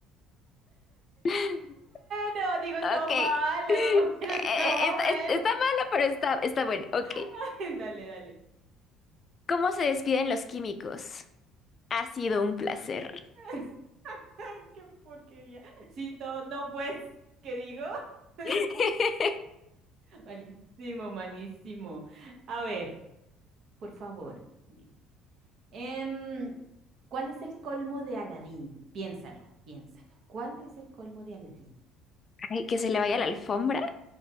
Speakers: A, on the left; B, on the right.
A: <laughs>
B: bueno, digo, estaba
A: Ok.
B: malo,
A: Eh, eh,
B: <laughs> pero
A: eh,
B: estaba
A: Está,
B: bueno.
A: es- está malo, pero está, está bueno. Ok.
B: <laughs> Dale, dale.
A: ¿Cómo se despiden los químicos? Ha sido un placer.
B: <laughs> Ay, qué porquería. Sí, no, no, pues, ¿qué digo? <laughs>
A: <laughs>
B: Malísimo, malísimo. A ver, por favor. dime. Em, ¿cuál es el colmo de Aladín? Piénsalo, piénsalo. ¿Cuál es el colmo de Aladín?
A: Ay, que se le vaya la alfombra.